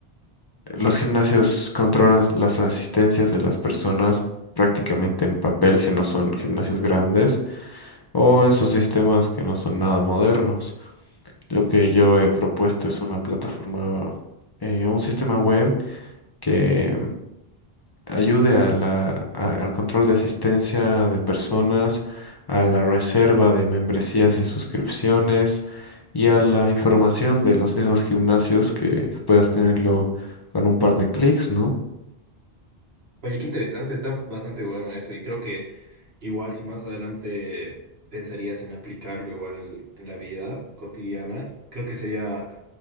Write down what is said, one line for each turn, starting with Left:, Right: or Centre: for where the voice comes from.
Left: los gimnasios controlan las asistencias de las personas prácticamente en papel si no son gimnasios grandes o en sus sistemas que no son nada modernos. Lo que yo he propuesto es una plataforma, eh, un sistema web que ayude a la, a- al control de asistencia de personas, a la reserva de membresías y suscripciones y a la información de los mismos gimnasios que puedas tenerlo con un par de clics, ¿no?
Right: Oye, qué interesante, está bastante bueno eso y creo que igual si más adelante pensarías en aplicarlo igual en en la vida cotidiana, creo que sería